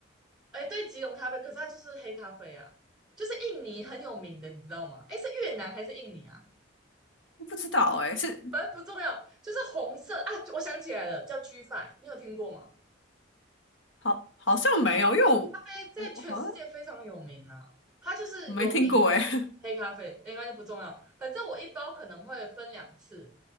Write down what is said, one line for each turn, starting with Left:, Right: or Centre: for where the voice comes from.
Centre: 哎，对，吉隆咖啡，可是它就是黑咖啡啊，就是印尼很有名的，你知道吗？哎，是越南还是印尼啊？
Left: 我不知道诶，是
Centre: 反正不重要，就是红色啊。我想起来了，叫 G f i 你有听过吗？
Left: 好好像没有，因为我我好像
Centre: 在在全世界非常有名啊，它就是有名就是黑咖啡，
Left: 没听过诶。<laughs>
Centre: 应该就不重要，反正我一包可能会分两次，